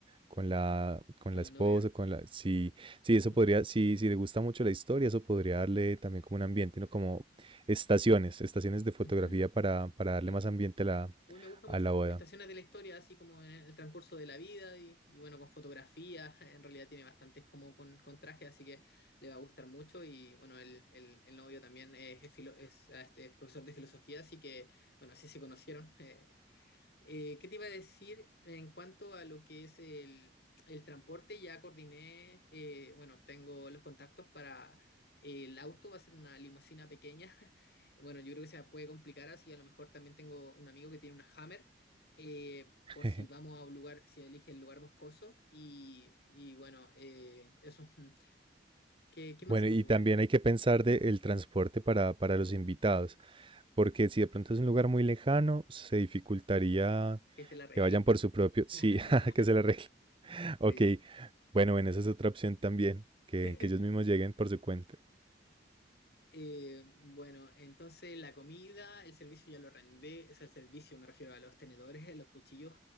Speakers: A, on the right; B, on the left.
A: con la, con
B: con
A: la esposa,
B: la novia.
A: con la... Sí, sí,
B: Ujú,
A: eso podría, sí, si le gusta mucho la historia, eso podría darle también como un ambiente, ¿no?
B: sí,
A: Como estaciones, estaciones de fotografía
B: ujú,
A: para, para darle
B: sí.
A: más ambiente a la,
B: Uy, me gusta
A: a
B: mucho.
A: la boda.
B: Estaciones de la historia, así como en el transcurso de la vida y, y bueno, con fotografía. En realidad tiene bastantes como con, con traje, así que le va a gustar mucho. Y bueno, el, el, el novio también es, es filo- es, ah, este, es profesor de filosofía, así que bueno, así se conocieron. <laughs> eh, Eh, ¿qué te iba a decir en cuanto a lo que es el, el transporte? Ya coordiné, eh, bueno, tengo los contactos para eh, el auto, va a ser una limusina pequeña. <laughs> Bueno, yo creo que se puede complicar así, a lo mejor también tengo un amigo que tiene una Hammer, eh,
A: <laughs>
B: por si vamos a un lugar, si elige el lugar boscoso. Y, y bueno, eh, eso, <laughs> ¿qué, qué
A: Bueno,
B: más se te
A: y
B: ocurre?
A: también hay que pensar de el transporte para, para los invitados, porque si de pronto es un lugar muy lejano, se dificultaría
B: Que se la arreglen.
A: que vayan por su propio... Sí,
B: <laughs>
A: <laughs> que se le arregle. <laughs> Ok,
B: Sí.
A: bueno, bueno, esa es otra opción también, que,
B: <laughs>
A: que ellos mismos lleguen por su cuenta.
B: Eh, bueno, entonces la comida, el servicio ya lo rendé, o sea, el servicio me refiero a los tenedores, eh, los cuchillos,